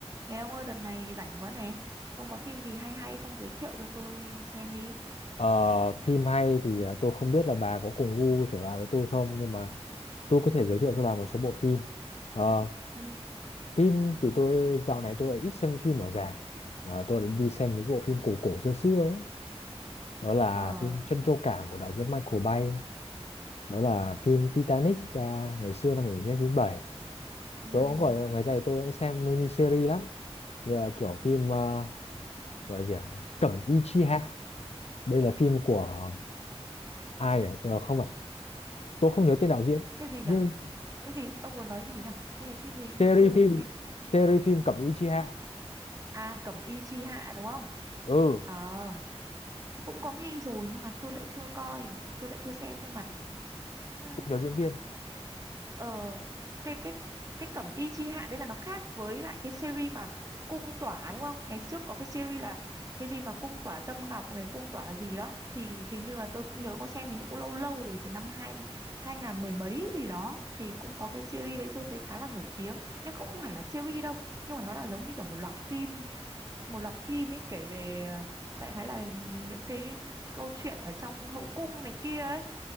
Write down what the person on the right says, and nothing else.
Nè ông ơi, đợt này rảnh quá nè. Ông có phim gì hay hay không giới thiệu cho tôi xem đi.
Ừ.
Ờ.
Ừ.
Cái gì
nhở? Cái gì? Ông muốn nói gì nhở? Cái phim gì nghe
chưa
nghe chưa-
À Cẩm Y Chi Hạ đúng không?
Ờ, cũng có nghe rồi nhưng mà tôi lại chưa coi, tôi lại chưa xem nhưng mà ừ,
ờ cái cái cái cẩm y chi hạ đấy là nó khác với lại cái series mà cung tỏa đúng không ngày trước có cái series là cái gì mà cung tỏa tâm ngọc này cung tỏa gì đó thì hình như là tôi cũng nhớ có xem hình như cũng lâu lâu rồi từ năm hai hai ngàn mười mấy gì đó thì cũng có cái series đấy tôi thấy khá là nổi tiếng nhưng cũng không hẳn là series đâu nhưng mà nó là giống như kiểu một loạt phim một loạt phim ấy kể về ờ, đại khái là những cái câu chuyện ở trong hậu cung này kia ấy